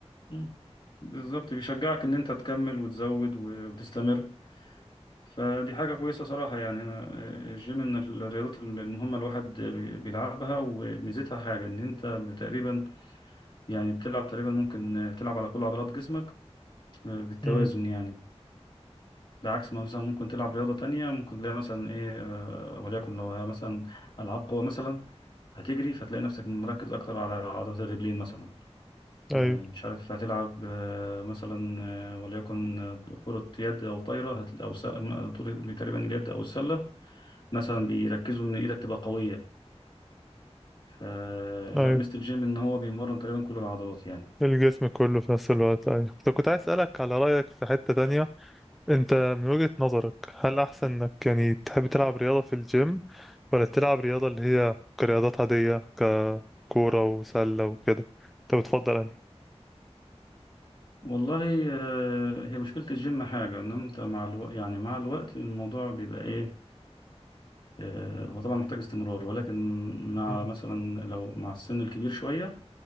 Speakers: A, on the left; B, in the centre.
A: مم. بالظبط بيشجعك ان انت تكمل وتزود و- وتستمر فدي حاجة كويسة صراحة يعني أنا آه، الجيم من الرياضات المهمة الواحد بي- بيلعبها وميزتها حاجة إن أنت تقريبا يعني بتلعب تقريبا ممكن بتلعب على كل عضلات جسمك آه، بالتوازن
B: امم
A: يعني ده عكس ما مثلا ممكن تلعب رياضة تانية ممكن تلاقي مثلا إيه آه، وليكن لو ها مثلا ألعاب قوة مثلا هتجري فتلاقي نفسك مركز أكتر على عضلات الرجلين مثلا آه،
B: ايوه
A: مش عارف هتلعب آه، مثلا آه، وليكن آه، كرة يد أو طايرة هت- أو س- م- طول- تقريبا اليد أو السلة مثلا بيركزوا إن إيدك تبقى قوية فلا
B: ايوه
A: ميزة الجيم إن هو بيمرن تقريبا كل العضلات يعني
B: الجسم كله في نفس الوقت ايوه طب كنت عايز اسألك على رأيك في حتة تانية انت من وجهة نظرك هل احسن انك يعني تحب تلعب رياضة في الجيم ولا تلعب رياضة اللي هي كرياضات عادية ككورة وسلة وكده انت بتفضل انهي؟
A: والله آه، هي مشكلة الجيم حاجة إن أنت مع الوقت يعني مع الوقت الموضوع بيبقى إيه آه، هو طبعا محتاج استمرار ولكن مع
B: امم
A: مثلا لو مع السن الكبير شوية